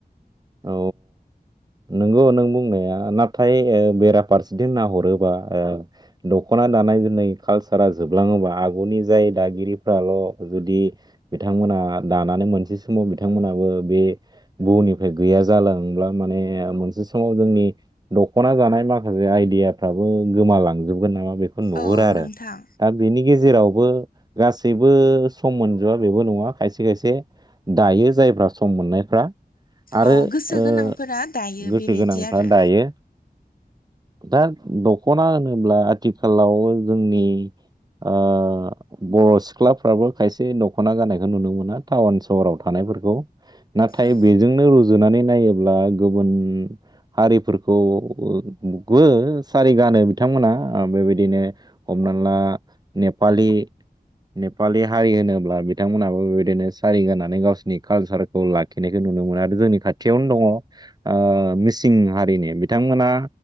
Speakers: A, on the right; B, on the left.
A: औ नोंगौ नों बुंनाया नाथाय बेराफारसेथिं नाहरोबा दख'ना दानाय जुनाय कालसारा जोबलाङोबा आगुनि जाय दागिरिफ्राल' जुदि बिथांमोन ना दानानै मोनसे समाव बिथांमोनाबो बे बनि गैया जालाङोब्ला माने मोनसे समाव जोंनि दख'ना जानाय माखासे आइदियाफ्राबो गोमालांजोबगोन नामा बेखौ नुहुरो
B: औ
A: आरो
B: नोंथां
A: दा बेनि गेजेरावबो गासैबो सम मोनजोबा बेबो नङा खायसे खायसे दायो जायफ्रा सम मोननायफ्रा आरो
B: औ गोसो गोनांफोरा दायो
A: गोसो
B: बेबायदि
A: गोनांफ्रा
B: आरो
A: दायो। दा दख'ना होनोब्ला आथिखालाव जोंनि ओ बर' सिख्लाफ्राबो खायसे दख'ना जानायखौ नुनो मोना टाउन सहराव थानाय फोरखौ नाथाय
B: औ
A: बेजोंनो रुजुनानै नायोब्ला गुबुन हारिफोरखौबो सारि गानो बिथांमोना बेबायदिनो हम हमना नेपालि नेपालि हारि होनोब्ला बिथांमोनाबो बेबायदिनो सारिगनानै गावसिनि कालसारखौ लाखिनायखौ नु नुनो मोनो आरो जोंनि खाथियावनो दङ आ मिसिं हारिनि बिथांमोना